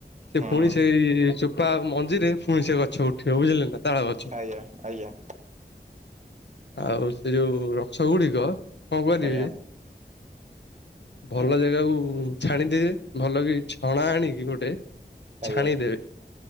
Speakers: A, on the left; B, on the right.
A: ସେ
B: ହୁଁ
A: ପୁଣି
B: ହୁଁ
A: ସେଇ ଯୋ ବା ମଞ୍ଜିରେ ଫୁଣି ସେ ଗଛ ଉଠିବ ବୁଝିଲେ ନା। ତାଳ ଗଛ।
B: ଆଜ୍ଞା ଆଜ୍ଞା।
A: ଆଉ ସେ ଯୋଉ ରସ ଗୁଡି କ କଣ କରିବେ?
B: ଆଜ୍ଞା
A: ଭଲ ଜାଗାକୁ ଛାଣିଦିବେ ଭଲ କି ଛଣା ଆଣିକି ଗୋଟେ।
B: ଆଜ୍ଞା
A: ଛାଣିଦେବେ